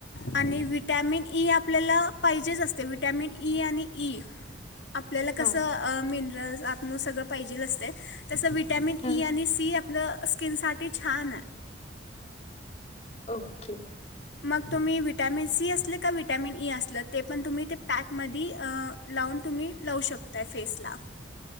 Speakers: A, on the left; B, on the left.
A: आणि व्हिट व्हिटॅमिन ई आपल्याला पाहिजेच असते विटॅमिन ई आणि ई आपल्याला कसं
B: हा
A: अ मिन सगळं पाहिजेल असतय तसं विटॅमिन ई
B: हा
A: आणि सी आप आपलं स्किनसाठी छान य
B: ओके
A: मग तुम्ही विटॅमिन सी असले का विटॅमिन ई असलं ते पण तुम्ही ते पॅकमधी अ लावून तुम्ही लावू शकताय फेसला